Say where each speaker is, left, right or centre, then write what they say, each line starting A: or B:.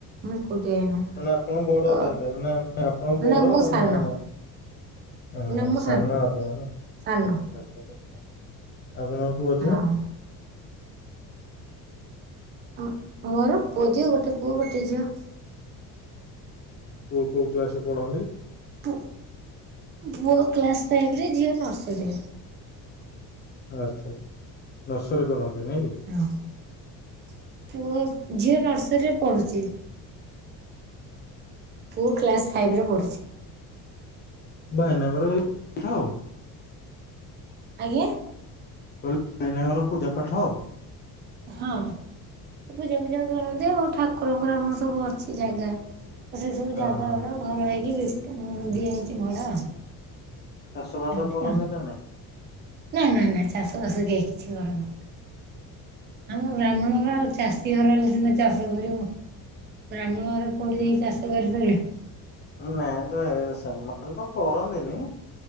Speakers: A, on the right; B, on the left.
A: ମୁଁ ଏକୁଟିଆ ଏଇନା।
B: ମାନେ ଆପଣ ବଡ
A: ତ
B: ତାହେଲେ ନା ନା ଆପଣ
A: ନା
B: ବଡ
A: ମୁଁ ସାନ
B: ନା ଅଁ
A: ନା
B: ହଁ
A: ମୁଁ
B: ସାନ ଆପଣ ନା?
A: ସାନ
B: ଆଛା ଆଛା ଆପଣଙ୍କ ପୁଅ
A: ହଁ।
B: ଝିଅ?
A: ଅ ମୋର ପୁଅ ଝିଅ ଗୋଟେ ପୁଅ ଗୋଟେ ଝିଅ।
B: କୋଉ କୋଉ କ୍ଲାସ ରେ ପଢ଼ନ୍ତି?
A: ପୁ ପୁଅ କ୍ଲାସ୍ ଫାଇଭ୍ ରେ ଝିଅ ନର୍ସରୀରେ।
B: ଆଚ୍ଛା ନର୍ସରି କରନ୍ତି ନାଇଁ କି?
A: ହଁ ପୁଅ ଝିଅ ନର୍ସରୀରେ ପଢୁଚି। ପୁଅ କ୍ଲାସ୍ ଫାଇଭ୍ ରେ ପଢୁଚି।
B: ଭାଇନାଙ୍କର ଏଇ ପାଠ ଆଉ।
A: ଆଜ୍ଞା?
B: କହିଲି ଭାଇନାଙ୍କର ପୂଜା ପାଠ ଆଉ?
A: ହଁ ସେ ପୂଜା ଫୁଜା କରନ୍ତି ଆଉ। ଠାକୁରଙ୍କର ଆମର ସବୁ ଅଛି ଜାଗା ତ ସେ ସବୁ
B: ହଁ
A: ଜାଗା
B: ହଁ
A: ଗୁଡ଼ା ଘର ହେଇକି ଦିଆ ହେଇଚି ଭଡ଼ା ଆଉ।
B: ଚାଷ ବାସ
A: ଏମିତି
B: କରନ୍ତି ନା ନାଇଁ?
A: ନା ନା ନା ଚାଷବାସ କେହି କିଛି କରନ୍ତି ନି। ଆମ ବ୍ରାହ୍ମଣର ଆଉ ଚାଷୀ ଘର ହେଲେ ସିନା ଚାଷ କରିବୁ ବ୍ରାହ୍ମଣ ଘରେ କୋଉଠି ଯାଇ ଚାଷ କରି ପାରିବୁ।
B: ନାଇଁ ତ ହେ ସେମାନେ ତ କରନ୍ତିନି।